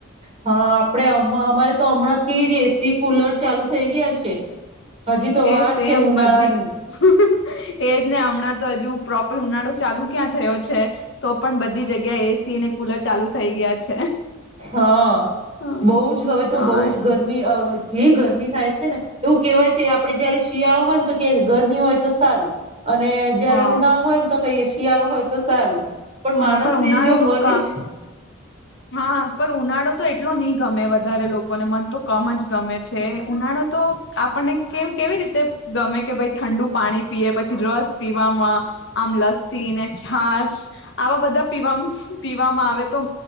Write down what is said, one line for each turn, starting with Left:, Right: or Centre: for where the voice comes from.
Right: હ આપણે અમ અમારે તો હમણાંથી જ એ સી, કુલર ચાલુ થઈ ગયા છે. હજી તો વાર
Left: એ સેમ
Right: છે ઉનાળાની
Left: બધી <unintelligible> એજ ને હમણાં તો હજુ પ્રોપર ઉનાળો ચાલુ ક્યાં થયો છે. તો પણ બધી જગ્યાએ એ સી અને કુલર ચાલુ થઈ ગયા છે.
Right: હ
Left: હમ.
Right: બહુ જ હવે તો
Left: હા
Right: બહુ જ ગરમી અ જે ગરમી થાય છે ને એવું કહેવાય છે આપણે જયારે શિયાળો હોય ને તો કે ગરમી હોય તો સારું. અને જયારે
Left: હા
Right: ઉનાળો હોય ને તો કહીએે શિયાળો હોય તો સારું. પણ
Left: હા
Right: માણસની
Left: ઉનાળો
Right: જો
Left: તો
Right: મન
Left: ક
Right: જ
Left: હા પર ઉનાળો તો એટલો નહીં ગમે વધારે લોકોને મન તો કમ જ ગમે છે. ઉનાળો તો આપણને કેવ કેવી રીતે ગમે કે ભાઈ ઠંડુ પાણી પીએ, પછી રસ પીવામાં, આમ લસ્સી ને છાસ આવા બધાં પીવામ પીવામાં આવે તો